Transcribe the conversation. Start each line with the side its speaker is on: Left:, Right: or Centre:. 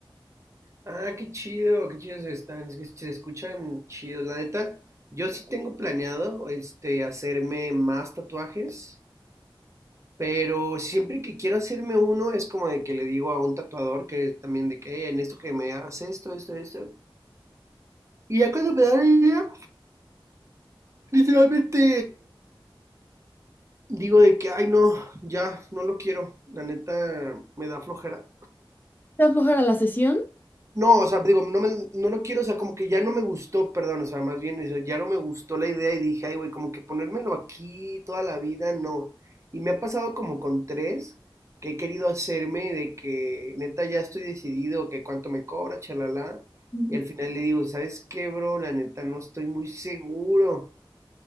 Right: Ah, qué chido, qué chidos están. Es que se escuchan chidos. La neta, yo sí tengo planeado este, hacerme más tatuajes. Pero siempre que quiero hacerme uno es como de que le digo a un tatuador que también de que "Eh, en esto que me hagas esto, esto, esto. Y ya cuando me da la idea, literalmente digo de que, ay no, ya no lo quiero. La neta me da flojera.
Left: ¿Te aflojera la sesión?
Right: No, o sea, digo, no, me, no lo quiero, o sea, como que ya no me gustó, perdón, o sea, más bien, eso, ya no me gustó la idea y dije, ay, güey, como que ponérmelo aquí toda la vida, no. Y me ha pasado como con tres que he querido hacerme de que neta ya estoy decidido, que cuánto me cobra, chalala.
Left: Ujú.
Right: Y al final le digo, ¿sabes qué, bro? La neta no estoy muy seguro.